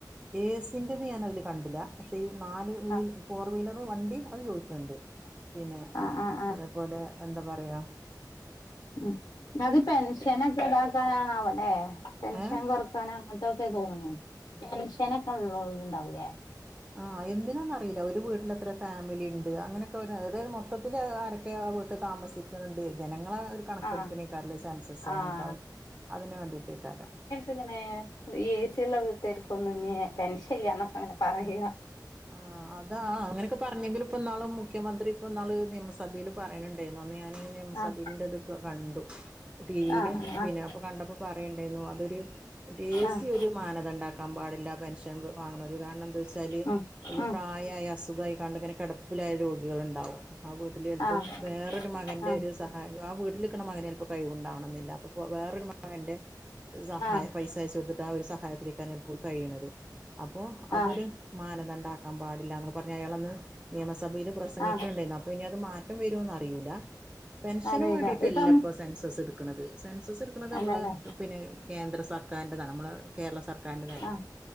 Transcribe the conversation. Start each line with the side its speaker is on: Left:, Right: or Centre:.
Right: ഏസിൻ്റത് ഞാൻ അതില് കണ്ടില പക്ഷേ ഈ നാല്
Left: ആഹ്
Right: ഫോർ വീലർ വണ്ടി അത് ചോയ്ക്ക്ണ്ട്
Left: <inaudible>
Right: പിന്നെ
Left: ആഹ് ആഹ്
Right: അതേപോലെ എന്താ പറയാ
Left: ഉം അത് പെൻഷനൊക്കെ ഇതാക്കാനാണാവോലെ പെൻഷൻ
Right: ഏഹ്
Left: കൊർ ട്ടാന് അങ്ങനത്തൊക്കെ തോന്ന്ണ്. ടെൻഷനൊക്കെ ഇള്ളോല് ഇണ്ടാവുലെ.
Right: ആഹ്. എന്തിനാന്നറീല്ല. ഒരു വീട്ടില് എത്ര ഫാമിലി ഇണ്ട്. അങ്ങനൊക്കെ അതായത് മൊ മൊത്തത്തില് ആരൊക്കെ ആ വീട്ട് താമസിക്ക്ണ് ണ്ട് ജനങ്ങളെ ആ ഒരു കണക്കെടുപ്പിനേക്കാരലെ.
Left: ആഹ്
Right: സെൻസസ്
Left: ആഹ്
Right: അങ്ങൻത്തെ അതിന് വേണ്ടിയിട്ടേക്കാരം.
Left: ഇങ്ങനെ ഈ ഏസി ഇള്ള വീട്ടുകാർക്കൊന്നും ഇഞ്ഞ് പെൻഷൻ ഇല്ല ഇന്നൊക്കെ അങ്ങനെ പറയ.
Right: ആഹ് അത അങ്ങനെയൊക്കെ പറഞ്ഞെങ്കിലും ഇപ്പ നാളും മുഖ്യമന്ത്രി ഇപ്പ നാള് നിയമസഭേലും പറിണ് ണ്ടേന്നു. അന്ന് ഞാൻ നിയമസഭെന്റെ
Left: ആഹ്
Right: ഇതൊക്കെ കണ്ടു. ടി വീല്.
Left: ആഹ്
Right: പിന്നെ
Left: ആഹ്
Right: അപ്പൊ കണ്ടപ്പോ പറയുണ്ടായിന്നു. അതൊരു ടേസി
Left: ആഹ്
Right: ഒരു മാനദണ്ടാക്ക കാമ്പാടില്ല. പെൻഷൻ വാങ്ങ്ണോരു കാരണം. എന്താ വെച്ചാല്.
Left: ഉം
Right: ഒരു
Left: ഉം
Right: പ്രായായ അസുഖായി കാണ്ട് ഇങ്ങനെ കെടപ്പിലായ രോഗികള് ഉണ്ടാവും. ആ വീട്ടില് ചെൽപ്പോ
Left: ആഹ്
Right: വേറൊരു മകന്റെ
Left: ആഹ്
Right: ഒരു സഹായം ആ വീട്ടില്ക്ക്ണ മകന് ചെൽപ്പം കഴിവുണ്ടാവണംന്നില്ല അപ്പ വേറൊരു മക മകന്റെ ഒരു സഹായം.
Left: ആഹ് ആഹ്
Right: പൈസ അയച്ച കൊടുത്തിട്ട് ആ ഒരു സഹായത്തിലേക്കാണ് ഇപ്പൊ കഴിണത്. അപ്പൊ അതൊരു
Left: ആഹ്
Right: മാനദണ്ഡ കാമ്പാടില്ലാന്നൊക്കെ പറഞ് അയാളന്ന് നിയമസഭേല് പ്രസംഗിക്ക്ണ്ടേന്നു.
Left: ആഹ്
Right: അപ്പൊ ഇനി അത് മാറ്റം വെരോന്ന് അറിയൂല. പെൻഷനും
Left: അറിയില്ല
Right: വേണ്ടീട്ടല്ല
Left: ഇപ്പം
Right: ഇപ്പൊ സെൻസസ് എടുക്ക്ണ്ത്. സെൻസസ് എടുക്ക്ണത് നമ്മളെ
Left: അല്ലല്ലേ
Right: പിന്നെ കേന്ദ്ര സർക്കാരിൻന്റെതാണ്. നമ്മളെ കേരള സർക്കാരിന്റെതല്ല.
Left: ആഹ്